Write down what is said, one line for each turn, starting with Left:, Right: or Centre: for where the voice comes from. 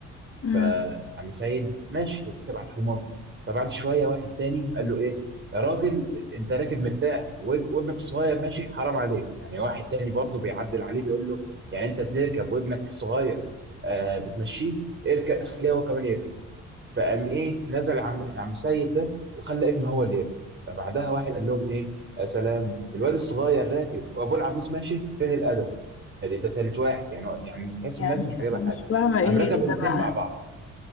Left: امم
Right: فعم سيد ماشي ركب على الحمار فبعد شويه واحد تاني قال له ايه يا راجل انت راكب مرتاح واب- وابنك الصغير ماشي حرام عليك يعني واحد تاني برضه بيعدل عليه بيقول له يعني انت تركب وابنك الصغير آه بتمشيه اركب خليه هو كمان يركب فقام ايه نزل عم عم سيد ده وخلى ابنه هو اللي يركب فبعدها واحد قال لهم ايه يا سلام الواد الصغير راكب وابوه العجوز ماشي فين الادب ادي ده ثالث واحد يعني يعني تحس
Left: يعني
Right: الناس مش عاجبها
Left: انا
Right: حاجه
Left: مش فاهمه ايه
Right: قام ركبوا
Left: ايه ده
Right: الاثنين
Left: بقى
Right: مع بعض